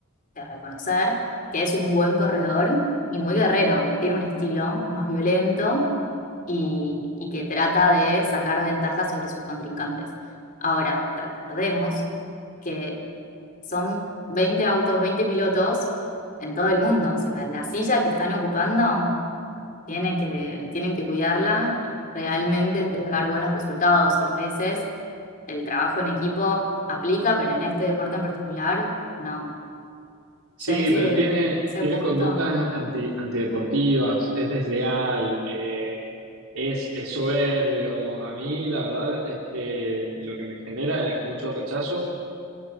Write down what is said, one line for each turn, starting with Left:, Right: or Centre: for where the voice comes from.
Left: que reconocer que es un buen corredor y muy guerrero. Tiene un estilo más violento y, y que trata de sacar ventaja sobre sus contrincantes. Ahora, recordemos que son 20 autos, 20 pilotos en todo el mundo. O sea, la silla que están ocupando tienen que, tienen que cuidarla y realmente entregar buenos resultados. Y a veces el trabajo en equipo aplica, pero en este deporte en particular, no.
Right: sí,
Left: Yo en ese,
Right: pero tiene,
Left: en ese
Right: tiene
Left: punto,
Right: conductas anti, antideportivas, es desleal, eh, es, es soberbio. A mí la verdad es que lo que me genera es mucho rechazo